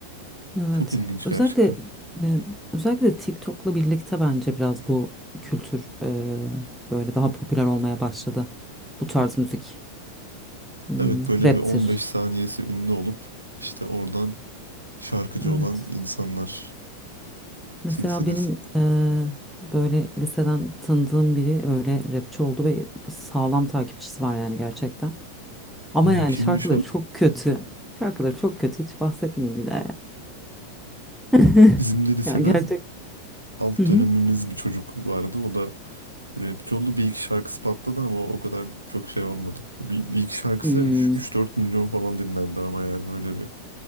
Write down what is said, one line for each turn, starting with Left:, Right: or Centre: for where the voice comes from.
Centre: Evet.
Right: Çok ilginç
Centre: Özellikle
Right: gerçekten.
Centre: e, özellikle TikTok'la birlikte bence biraz bu kültür e, böyle daha popüler olmaya başladı. Bu tarz müzik. Hmm,
Right: Evet böyle
Centre: raptir.
Right: bir 15 saniyesi ünlü olup işte oradan şarkıcı
Centre: Evet.
Right: olan insanlar
Centre: Mesela
Right: silsilesi.
Centre: benim eee, böyle liseden tanıdığım biri öyle rapçi oldu ve sağlam takipçisi var yani gerçekten. Ama
Right: Aa
Centre: yani
Right: kimmiş
Centre: şarkıları
Right: o?
Centre: çok kötü. Şarkıları çok kötü hiç bahsetmeyeyim bile. <laughs>
Right: Bizim de liseden
Centre: Ya gerçek.
Right: alt
Centre: Hı hı.
Right: dönemimiz bir çocuk vardı. O da rapçi oldu. Bir iki şarkısı patladı ama o kadar çok şey olmadı. Bir, bir iki şarkısı
Centre: Hmm,
Right: 3-4 milyon falan dinlendi ama yani böyle bir